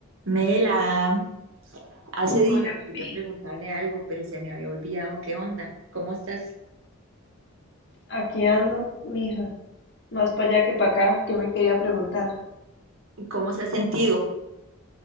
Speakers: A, on the right; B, on the left.
A: Mela, hace días
B: Hola, bebé.
A: quería preguntarle algo, pero se me había olvidado. ¿Qué onda? ¿Cómo estás?
B: Aquí ando, mija, más para allá que para acá, que me quería preguntar.
A: ¿Cómo se ha sentido?